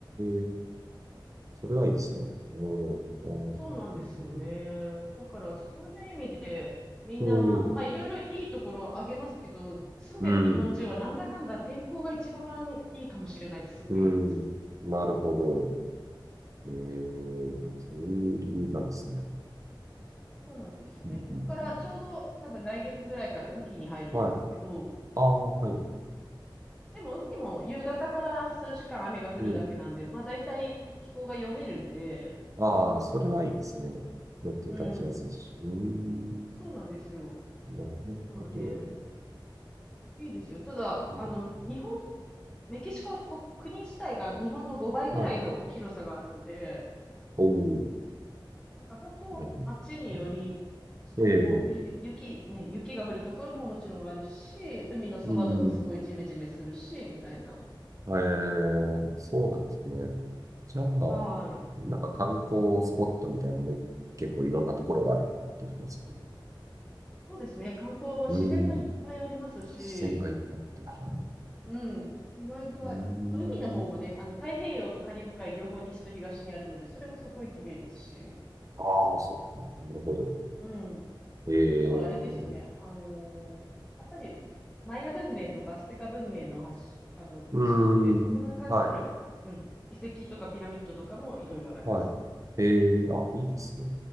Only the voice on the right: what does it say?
ええそれはいいですね。
うん。う
んなるほど。
うん。
うん。うん。なるほど。えー、
そういう理由なんですね。
うんうんうん。
はい。ああ、はい。
うん。
ああ、それはいいですね。予定立ちやすいし。
うーん。
なるほど。
いいですね。
はい。おお、
こんなるほど。
ええ
うん。
えー、そうなんですね。じゃあ、
なんか観光スポットみたいなのも結構いろんなところがあるってとこですかね。
うん。視線がいっぱいあって。はい
うーん。
ああ、そっか。なるほど。
ええう
ーん。
はい。
はい。ええあ、いいですね。